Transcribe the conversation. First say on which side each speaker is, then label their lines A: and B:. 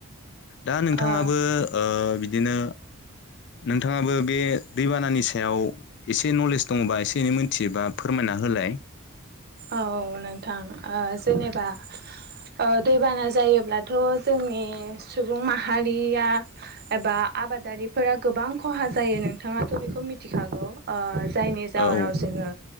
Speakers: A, on the left (about 55°); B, on the right (about 50°).
A: दा नोंथाङाबो
B: ओ
A: ओ बिदिनो नोंथाङाबो बे दैबानानि सायाव एसे नलेज दङबा एसे एनै मोनथियोबा फोरमाय ना होलाय।
B: औ नोंथां ओ जेनेबा ओ दैबाना जायोब्लाथ' जोंनि सुबुं माहारिया एबा आबादारिफोरा गोबां खहा जायो नोंथाङाथ' बेखौ मिथिखागौ। जायनि जाहोनाव
A: औ
B: जोङो